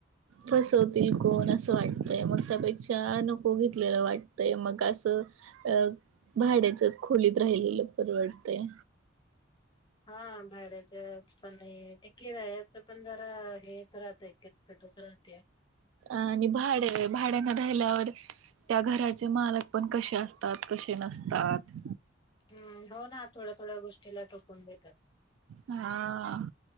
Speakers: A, on the right; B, on the left.
A: फसवतील कोण असं वाटतय. मग त्यापेक्षा नको घेतलेलं वाटतय मग असं अ भाड्याचच खोलीत राहिलेलं परवडतय.
B: हा भाड्याच्या पण ते किरायाच पण जरा हेच राहतय किटकिटच राहतेय.
A: आणि भाडे भाड्याने राहिल्यावर त्या घराचे मालक पण कसे असतात. कसे नसतात.
B: हम. हो ना थोड्या-थोड्या गोष्टीला टोकून देत.
A: हा आ